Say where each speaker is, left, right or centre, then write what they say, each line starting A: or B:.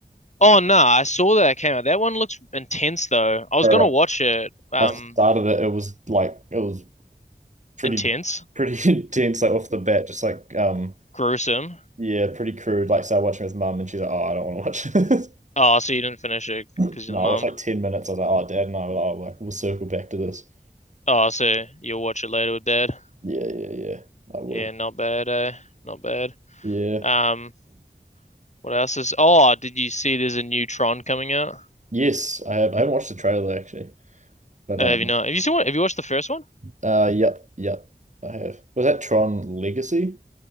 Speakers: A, on the left; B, on the right.
A: Oh no, I saw that it came out. That one looks intense though. I was
B: All
A: gonna
B: right,
A: watch it. Um,
B: I started it. It was like it was pretty
A: intense,
B: pretty <laughs> intense, like off the bat. Just like um,
A: gruesome.
B: yeah, pretty crude. Like started watching with mum, and she's like, "Oh, I don't want to watch this." <laughs>
A: Oh, so you didn't finish it
B: No,
A: because you're
B: I
A: the mum.
B: watched like ten minutes. I was like, "Oh, dad," and I were like, "Oh, like, we'll circle back to this."
A: Oh, so you'll watch it later with dad.
B: Yeah, yeah, yeah. I will.
A: Yeah, not bad, eh? Not bad.
B: Yeah.
A: Um, what else is? Oh, did you see? There's a new Tron coming out.
B: Yes, I have. I haven't watched the trailer actually. But
A: Uh,
B: um,
A: have you not? Have you seen one? Have you watched the first one?
B: uh, yep, yep, I have. Was that Tron Legacy?